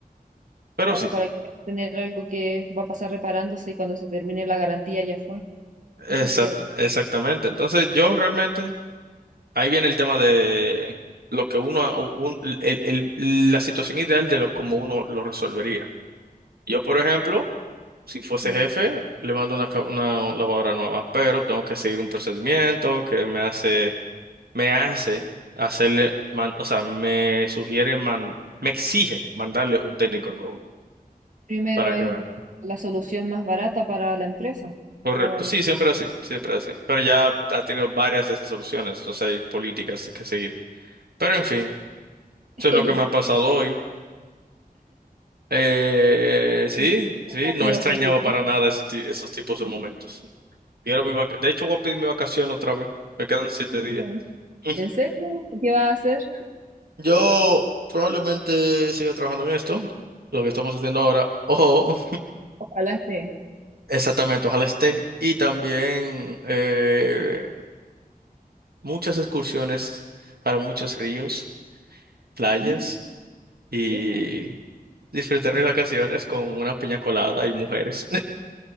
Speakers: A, on the right; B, on the right.
A: Pero
B: Claro,
A: sí.
B: para que tener algo que va a pasar reparándose y cuando se termine la garantía ya fue. Eso
A: Exact-
B: es cierto.
A: exactamente. Entonces, yo realmente, ahí viene el tema de lo que uno, un- el- el- la situación ideal de lo, cómo uno lo resolvería. Yo, por ejemplo, si fuese
B: Ya.
A: jefe, le mando una, ca- una lavadora nueva, pero tengo que seguir un procedimiento que me hace, me hace hacerle, man- o sea, me sugiere, man- me exige mandarle un técnico nuevo
B: Primero
A: para
B: es
A: que vea.
B: la solución más barata para la empresa,
A: Correcto,
B: la verdad.
A: sí, siempre así, siempre así. Pero ya ha tenido varias de esas soluciones, entonces hay políticas que seguir. Pero en fin,
B: <laughs>
A: eso es lo que me ha pasado hoy. Eh, sí,
B: Simple,
A: sí, no
B: Pero
A: extrañaba
B: sensible.
A: para nada ese ti- esos tipos de momentos. Quiero mi vaca- De hecho, voy a pedir mi vacación otra vez. Me quedan siete días.
B: Mm.
A: <laughs>
B: ¿En serio? ¿Y ¿Qué va a hacer?
A: Yo probablemente siga trabajando en esto, lo que estamos haciendo ahora. Ojo,
B: Ojalá esté.
A: exactamente, ojalá esté. Y también eh, muchas excursiones para muchos ríos, playas
B: Mm,
A: y
B: bien.
A: disfrutar mis vacaciones con una piña colada y mujeres.